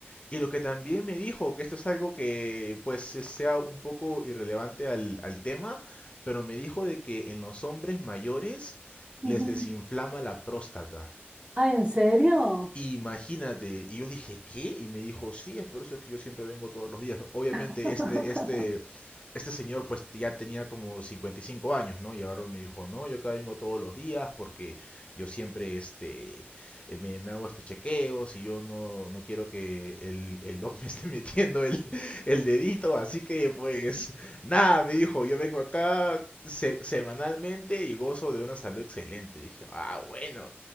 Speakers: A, on the left; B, on the right.
A: Y lo que también me dijo, que esto es algo que pues se- sea un poco irrelevante al, al tema, pero me dijo de que en los hombres mayores les
B: ujú.
A: desinflama la próstata.
B: Ah, ¿en serio?
A: Imagínate, y yo dije, ¿qué? Y me dijo, sí, es por eso que yo siempre vengo todos los días. Obviamente,
B: <laughs>
A: este, este, este señor pues ya tenía como 55 años, ¿no? Y agarró y me dijo, no, yo acá vengo todos los días porque yo siempre, este, eh, me, me hago este chequeo, si yo no, no quiero que el, el doc me esté <laughs> metiendo el, el dedito, así que pues, nada, me dijo, yo vengo acá se- semanalmente y gozo de una salud excelente. dije, ah, bueno,